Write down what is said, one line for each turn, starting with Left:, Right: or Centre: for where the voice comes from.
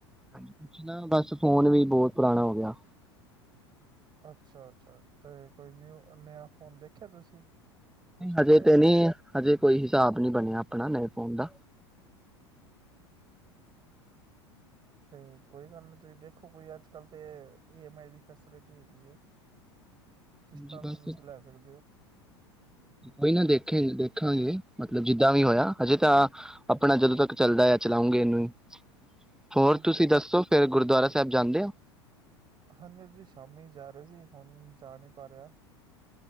Centre: ਹਾਂਜੀ, <inaudible> ਬਸ ਫੋਨ ਵੀ ਬਹੁਤ ਪੁਰਾਣਾ ਹੋ ਗਿਆ।
Right: ਅੱਛਾ-ਅੱਛਾ ਤੇ ਕੋਈ ਨਿਊ ਨਯ ਫੋਨ ਦੇਖਿਆ ਤੁਸੀਂ। ਕੁਛ ਸੋਚਿਆ
Centre: ਹਜੇ ਤੇ ਨਹੀ, ਹਜੇ ਕੋਈ ਹਿਸਾਬ ਨਹੀਂ ਬਣਿਆ ਆਪਣਾ ਨਹੀਂ। ਫੋਨ ਦਾ‌।
Right: ਤੇ ਕੋਈ ਗੱਲ ਨੀ, ਤੁਸੀਂ ਦੇਖੋ ਅਜ-ਕੱਲ ਤਾਂ ਈ ਐਮ ਆਈ ਦੀ ਫੈਸਿਲਿਟੀ ਹੈਗੀ ਹੈ। ਕਿਸ਼ਤਾਂ
Centre: ਹਾਂਜੀ ਬਿਲਕੁਲ
Right: ਤੇ ਤੁਸੀਂ ਲੈ ਸਕਦੇ ਹੋ
Centre: ਆਹੀ ਨਾ ਦੇਖਿਆ ਦੇਖਾਂਗੇ ਮਤਲਬ ਜਿੱਦਾਂ ਵੀ ਹੋਇਆ ਹਜੇ ਤਾਂ ਆਪਣਾ ਜਦੋਂ ਤੱਕ ਚੱਲਦਾ ਆ ਚਲਾਉਂਗੇ ਇਹਨੂੰ ਹੀ ਹੋਰ
Right: ਹਾਂਜੀ
Centre: ਤੁਸੀਂ
Right: ਹਾਂਜੀ
Centre: ਦੱਸੋ ਫੇਰ ਗੁਰਦੁਆਰਾ ਸਾਹਿਬ ਜਾਂਦੇ ਹੋ।
Right: ਹਾਂਜੀ ਹਾਂਜੀ ਸ਼ਾਮੀ ਜਾ ਰਹੇ ਸੀ ਹੁਣ ਜਾ ਨਹੀਂ ਪਾ ਰਿਹਾ।